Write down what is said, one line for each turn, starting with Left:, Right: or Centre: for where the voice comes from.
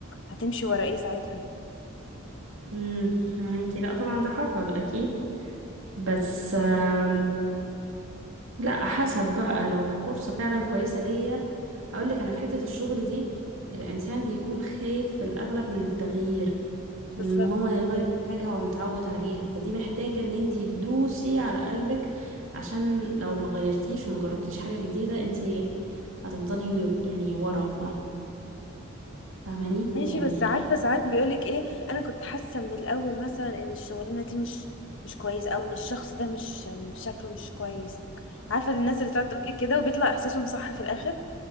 Left: هتمشي ورا إيه ساعتها؟
Right: امم فهميكي لا طبعا ده حصل اكيد بس آم، لا حسب بقى لو فرصة فعلا كويسة ليا هقول لك انا في حتة الشغل دي الانسان بيكون خايف في الاغلب من التغيير
Left: بالظبط
Right: ان هو يغير حاجة هو متعود عليها فدي محتاجة ان انتي تدوسي على قلبك عشان لو ما غيرتيش وما جربتيش حاجة جديدة انتي هتفضلي يعني ورا فاهماني
Left: ماشي
Right: يعني
Left: بس عارفة ساعات بيقولك ايه انا كنت حاسة من الاول مثلا ان الشغلانة دي مش مش كويس او ان الشخص ده مش مش- شكله مش كويس عارفة الناس اللي بتقعد تقولك كده وبيطلع احساسهم صح في الاخر